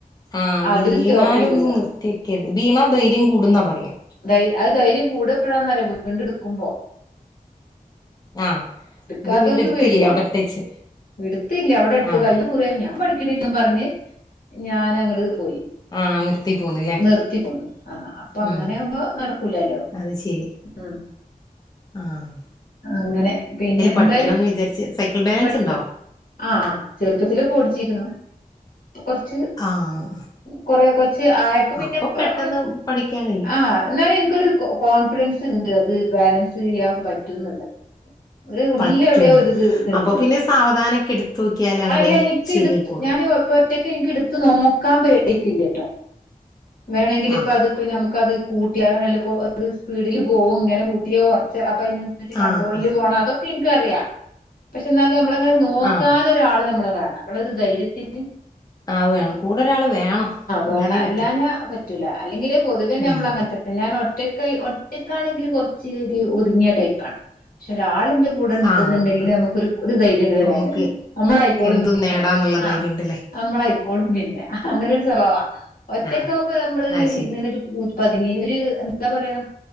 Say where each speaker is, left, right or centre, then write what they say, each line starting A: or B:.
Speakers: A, on the left; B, on the left.
A: ആഹ്
B: അതില്
A: വീണാല്
B: സ്റ്റോപ്പ് ചെയ്തതാ
A: ഒന്ന് നിർത്തി <unintelligible> വീണാ ധൈര്യം കൂടുന്നാ പറയ്യാ.
B: ധൈ അത് ധൈര്യം കൂടെ എപ്പോഴാന്നറിയാ വീണ്ടും എടുക്കുമ്പോ.
A: ആഹ്
B: ഇട്ക്കാത്തവൻക്ക്
A: ഇത് വീണ്ടും എടുത്തില്ലേ
B: പേട്യാ
A: അവിടെ ഇട്ടേച്ച്
B: ഇടുത്തില്ല അവിടെ ഇട്ട്
A: ആഹ്
B: കയ് മുറെ ഞാൻ കിതെങ്ങും പറഞ്ഞ് ഞാന അങ്ങട് പോയി
A: ആഹ് നിർത്തി പോന്നില്ലേ
B: നിർത്തി പോന്ന് ആഹ് അപ്പൊ അങ്ങനെ
A: ഉം
B: ആകുമ്പോ നടക്കൂലല്ലോ
A: അത് ശരി
B: ഉം
A: ആഹ്
B: അങ്ങനെ പിന്നെ എന്തായാലും
A: പഠിക്കണംന്ന് വിചാരിച്ച് സൈക്കിൾ ബാലൻസ്
B: പഠിക്കണം
A: ഉണ്ടോ
B: ആഹ് ചെറുപ്പത്തില് പൊടിച്ചീ ലോ കൊറ്ച്ച്
A: ആഹ്
B: കൊറ കൊറ്ച്ച് ആയപ്പോ പിന്നെ
A: അപ്പൊ പെട്ടെന്ന്
B: നമ്മള്
A: പഠിക്കാൻ കഴിയും
B: ആഹ് ഇന്നാലു ഇൻക്കൊരു കോൺഫിഡൻസ് ഇണ്ട് അത് ബാലൻസ് ചെയ്യാൻ പറ്റുന്ന് ള്ളത് ഒരു ഉള്ളി
A: പറ്റുന്ന്
B: ഔടെ ഒരുത് ഇണ്ട്
A: അപ്പൊ പിന്നെ സാവധാനൊക്കെ എടുത്ത് നോക്കിയാല് അങ്ങട്
B: അഹ് അല്ല എനിക്ക്
A: ശരിയായിക്കോളും
B: ഇടുത്ത് ഞാൻ ഒപ്പ ഒറ്റക്ക് ഇനിക്ക് എടുത്ത് നോക്കാൻ പേടിക്കില്ലെട്ടോ വേണങ്കില്
A: ആഹ്
B: ഇപ്പ അത്പ്പ നമുക്കത് കൂട്ട്യാല <unintelligible> ല്ല സ്പീഡില് പോവും ഇങ്ങനെ കൂട്ടിയൊ കൊറ്ച്ച് അപ്പ അയ്നൻസരിച്ച് കണ്ട്രോളില്
A: ആഹ് ആഹ്
B: പോണ ഇൻക്കൊറ്യ പക്ഷെ ഇന്നാലു നമ്മളെ നോക്കാനൊര്
A: ആഹ്
B: ഒരാൾ നമ്മൾ കാണ് നമ്മളൊരു ധൈര്യത്തിന്
A: ആ വേണം കൂടെ ഒരാള് വേണം
B: വേണം
A: എന്നാലേ
B: അല്ലാഞ്ഞാ
A: പറ്റൂ.
B: <unintelligible> അല്ലെങ്കില് പൊതുവേ നമ്മള
A: ഉം
B: അങ്ങനത്തന്നെ ഞാൻ ഒ റ്റക്ക് ഒറ്റക്കാണെങ്കിലും കുറ ച്ച് ഒരു ഒതുങ്ങിയ ടൈപ്പാണ്. പക്ഷേ ഒരാള് കൂടെയിണ്ട്
A: ആഹ്
B: എന്നുണ്ടെങ്കിൽ നമുക്ക് ഒരു ധൈര്യണ്ട് <unintelligible>
A: നമുക്ക്
B: നമ്മളായിക്കോളും
A: എന്തും
B: പിന്നെ
A: നേടാന്നുള്ള ധൈര്യം
B: ആഹ്
A: ഉണ്ടല്ലേ
B: നമ്മളായിക്കോളും പിന്നെ അങ്ങനെ <unintelligible> ഒറ്റയ്ക്കാവുമ്പോ
A: ആഹ്
B: നമ്മള്
A: അത് ശരി
B: ഇങ്ങനെരു പ്പതിനെ ഒര് എന്താ പറയാ